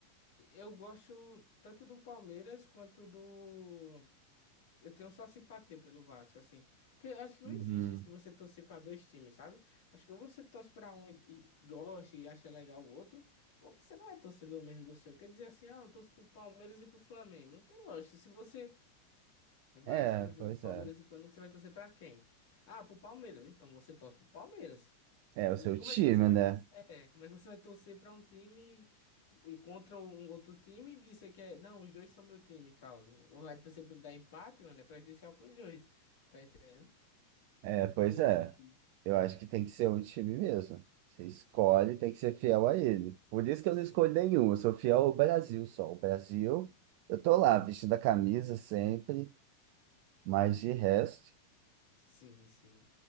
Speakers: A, on the left; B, on the right.
A: eu gosto tanto do Palmeiras quanto do. Eu tenho só simpatia pelo Vasco, assim. Porque eu acho que não
B: Uhum.
A: existe isso de você torcer pra dois times, sabe? Acho que ou você torce pra um e e gosta e acha legal o outro, ou você não é torcedor mesmo do seu. Quer dizer assim, ah, eu torço pro Palmeiras e pro Flamengo. Não tem lógica. Se você. Vai
B: É,
A: assistir um jogo
B: pois
A: Palmeiras
B: é.
A: e Flamengo, você vai torcer pra quem? Ah, pro Palmeiras. Então você torce pro Palmeiras.
B: É
A: Hum,
B: o seu
A: Como
B: time,
A: é que você vai
B: né?
A: torcer? É, como é que você vai torcer pra um time e contra um outro time e dizer que é, não, os dois são meu time e tal. Ou vai torcer pra ele dar empate, mano, é prejudicial pros dois. Tá entendendo?
B: É,
A: Acho
B: pois
A: que não existe
B: é.
A: isso.
B: Eu acho que tem que ser um time mesmo. Você escolhe, tem que ser fiel a ele. Por isso que
A: Assim.
B: eu não escolho nenhum, eu sou fiel ao Brasil só. O Brasil, eu tô lá vestindo a camisa sempre. Mas de resto,
A: Sim, sim.